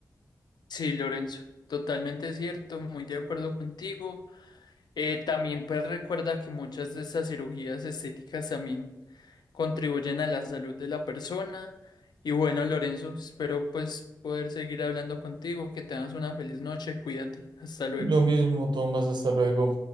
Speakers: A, on the left; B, on the right.
A: Sí, Lorenzo, totalmente cierto, muy de acuerdo contigo. Eh, también pues recuerda que muchas de estas cirugías estéticas también contribuyen a la salud de la persona. Y bueno, Lorenzo, espero pues poder seguir hablando contigo, que tengas una feliz noche, cuídate, hasta luego.
B: Lo mismo, Tomás, hasta luego.